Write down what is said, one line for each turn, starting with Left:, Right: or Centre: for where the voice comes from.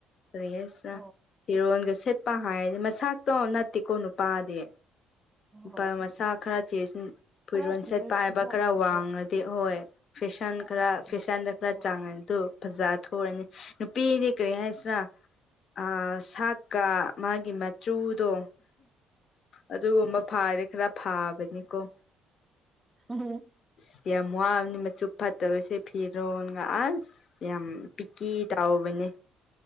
Left: ꯀꯔꯤ ꯍꯥꯥꯏꯁꯤꯔ
Right: ꯍꯣꯏ
Left: ꯐꯤꯔꯣꯟꯒ ꯁꯦꯠꯄ ꯍꯥꯏꯔꯗꯤ ꯃꯁꯥꯛꯇꯣ ꯅꯠꯇꯦꯀꯣ ꯅꯨꯄꯥꯗꯤ ꯅꯨꯄꯥ
Right: ꯍꯣꯏ
Left: ꯃꯁꯛ ꯈꯔ ꯊꯤꯔꯁꯨ ꯐꯤꯔꯣꯟ
Right: ꯈꯔ ꯊꯤꯔꯁꯨꯀꯣ
Left: ꯁꯦꯠꯄ ꯍꯥꯏꯕ ꯈꯔ ꯋꯥꯡꯉꯗꯤ
Right: ꯍꯣꯏ
Left: ꯍꯣꯏ ꯐꯦꯁꯟ
Right: ꯍꯣꯏ
Left: ꯈꯔ
Right: ꯍꯣꯏ
Left: ꯐꯦꯁꯟꯗ ꯈꯔ
Right: ꯍꯣꯏ
Left: ꯆꯥꯡꯉꯦ ꯑꯗꯨ ꯐꯖꯥ ꯊꯣꯛꯔꯅꯤ ꯅꯨꯄꯤꯗꯤ ꯀꯔꯤ ꯍꯥꯏꯁꯤꯔꯥ ꯑꯥ ꯁꯥꯛꯀ ꯃꯥꯒꯤ ꯃꯆꯨꯗꯣ ꯑꯗꯨꯒꯨꯝꯕ ꯐꯥꯔꯦ ꯈꯔ ꯐꯥꯕꯅꯤꯀꯣ
Right: <unintelligible>
Left: ꯑꯁ ꯌꯥꯝ ꯋꯥꯕꯅꯤ ꯃꯆꯨ ꯐꯠꯇꯕꯁꯦ ꯐꯤꯔꯣꯟꯒ ꯑꯁ ꯌꯥꯝ ꯄꯤꯀꯤ ꯇꯥꯎꯕꯅꯦ